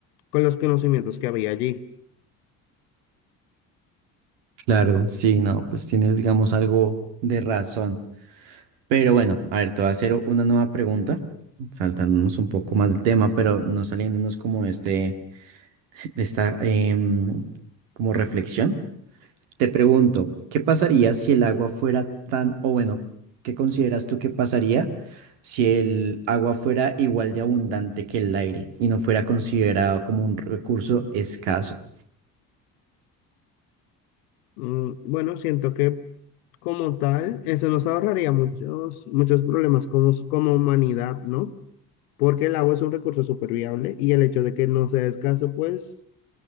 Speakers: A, on the left (about 65°); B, on the right (about 65°).
A: con los conocimientos que había allí.
B: claro, sí, no, pues tienes, digamos, algo de razón. Pero bueno, a ver, te voy a hacer una nueva pregunta, saltándonos un poco más del tema, pero no saliéndonos como de este, de esta em, como reflexión. Te pregunto, ¿qué pasaría si el agua fuera tan, o bueno, qué consideras tú que pasaría si el agua fuera igual de abundante que el aire y no fuera considerado como un recurso escaso?
A: Mm, bueno, siento que como tal, eso nos ahorraría muchos, muchos problemas como, como humanidad, ¿no? porque el agua es un recurso súper viable y el hecho de que no sea escaso, pues,